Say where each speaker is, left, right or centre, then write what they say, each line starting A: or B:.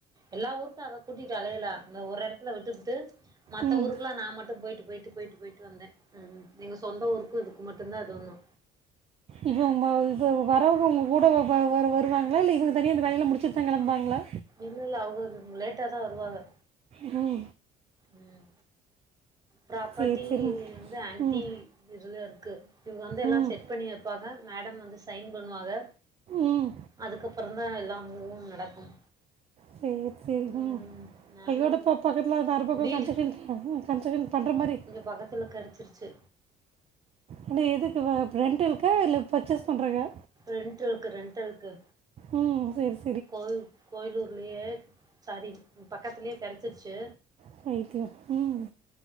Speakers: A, on the right; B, on the right.
A: எல்லா ஊருக்கும் அத கூட்டிட்டு அலையல அ ஒரு எடத்துல விட்டுப் புட்டு மத்த
B: ம்
A: ஊருக்குலா நா மட்டும் போயிட்டு போயிட்டு போயிட்டு போயிட்டு வந்தே உம் நீங்க சொந்த ஊருக்கு இதுக்கு மட்டும்தான் அது வும்
B: இப்போ உன்னை வரவுக கூட வரு வருவாங்களா இல்ல இவுங்க தனியா வேலயல்லா அந்த முடிச்சுட்டு தா கெளம்புவாங்களா
A: இல்ல இல்ல அவுக லேட்டா தா வருவாக
B: உம்
A: உம் ப்ராப்பர்ட்டி
B: சரி சரி
A: வந்து ஆன்டி
B: ம்
A: இதுல இருக்கு இவங்க வந்து எல்லாம்
B: ம்
A: செட் பண்ணி இருப்பாங்க மேடம் வந்து சைன் பண்ணுவாங்க
B: ம்
A: அதுக்கப்பக்றோ தா எல்லாம் மூவும் நடக்கும்
B: சேரி சோரிங்க
A: ம், நானும்
B: ஐயோட பக்கத்துல வேற பக்கம்
A: வீடு
B: கன்செஷன் கன்செஷன் பண்ற மாதிரி <inaudible>
A: வகத்தில் கெடச்சிருச்சி
B: ஏனா எதுக்கு ரெண்ட் இருக்கா இல்ல பர்ச்சேஸ் பண்ணுறக்கா
A: ரெண்டுழுக்கு ரெண்டெழுக்கு
B: உம் வேவ்
A: கோயி கோயிலூர்லயே சாரி இங் பக்கத்துலயே கெடச்சிருச்சு
B: தைக் யு உம்